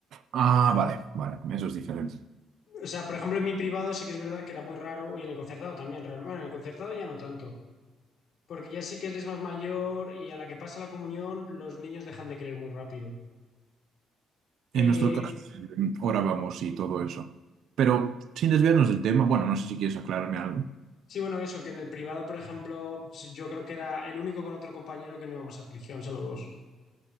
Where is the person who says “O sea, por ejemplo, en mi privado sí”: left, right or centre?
Left